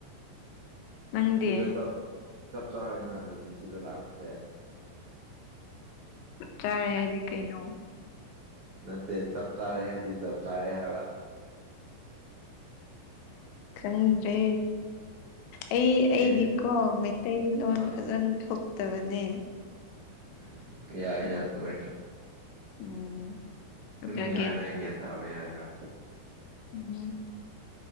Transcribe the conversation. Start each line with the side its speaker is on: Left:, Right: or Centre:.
Left: ꯅꯪꯗꯤ
Right: ꯁꯤꯗ ꯆ ꯆꯞ ꯆꯥꯔꯦꯅ ꯑꯗꯨꯗꯤ ꯁꯤꯗ ꯂꯥꯛꯄꯁꯦ
Left: ꯆꯠ ꯆꯥꯔꯦ ꯍꯥꯏꯗꯤ ꯀꯩꯅꯣ
Right: ꯅꯠꯇꯦ ꯆꯞ ꯆꯥꯔꯦ ꯍꯥꯏꯗꯤ ꯆꯞ ꯆꯥꯔꯦ ꯍꯥꯏꯕ
Left: ꯆꯟꯗꯦ ꯑꯩ
Right: ꯑꯩꯁꯦ
Left: ꯑꯩꯗꯤꯀꯣ ꯃꯩꯇꯩꯂꯣꯟ
Right: ꯑꯥ
Left: ꯐꯖꯅ ꯊꯣꯛꯇꯕꯅꯦ
Right: ꯎꯝ ꯌꯥꯏ
Left: ꯎꯝ
Right: ꯌꯥꯏ ꯑꯗꯨ ꯑꯣꯏꯔꯁꯨꯣ
Left: ꯎꯝ
Right: ꯑꯗꯨꯝ
Left: ꯑꯗꯨꯒꯤ
Right: ꯌꯥꯏꯗꯥꯏ ꯒ꯭ꯌꯥꯟ ꯇꯥꯕ ꯌꯥꯏꯒ
Left: ꯎꯝ